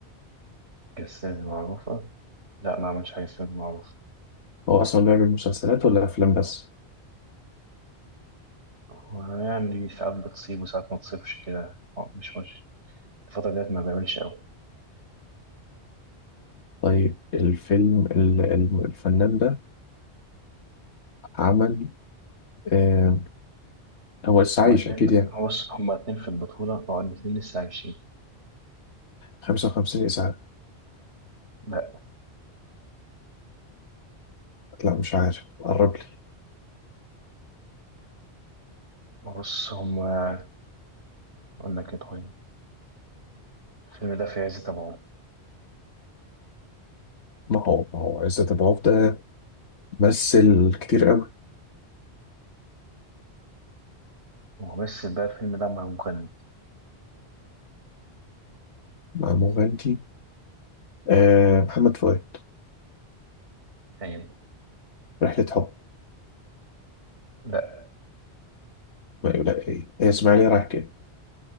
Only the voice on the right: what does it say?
كالسينما معروفة لا ما عملش حاجة سينما معروفة
ويعني ساعات بتصيب وساعات ما تصيبش كده مش مش الفترة ديت ما بيعملش أوي
هما
اتنين
هو بص هما اتنين في البطولة بقوا الاتنين لسه عايشين
لا
بص هما أقول لك إيه طيب الفيلم ده في عز تبعه
وممثل بقى الفيلم ده مع مغني
أيوه
لا